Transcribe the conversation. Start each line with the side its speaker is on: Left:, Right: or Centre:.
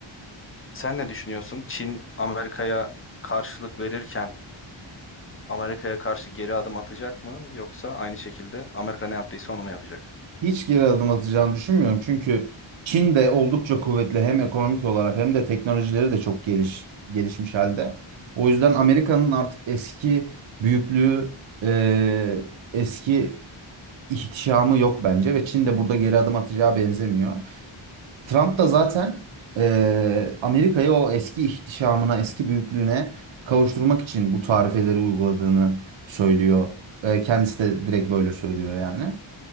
Left: Sen ne düşünüyorsun? Çin Amerika'ya karşılık verirken Amerika'ya karşı geri adım atacak mı yoksa aynı şekilde Amerika ne yaptıysa onu mu yapacak?
Right: Hiç geri adım atacağını düşünmüyorum. Çünkü Çin de oldukça kuvvetli hem ekonomik olarak hem de teknolojileri de çok geliş, gelişmiş halde. O yüzden Amerika'nın artık eski büyüklüğü, e, eski ihtişamı yok bence ve Çin de burada geri adım atacağı benzemiyor. Trump da zaten eee, Amerika'yı o eski ihtişamına, eski büyüklüğüne kavuşturmak için bu tarifeleri uyguladığını söylüyor. Eee, kendisi de direkt böyle söylüyor yani.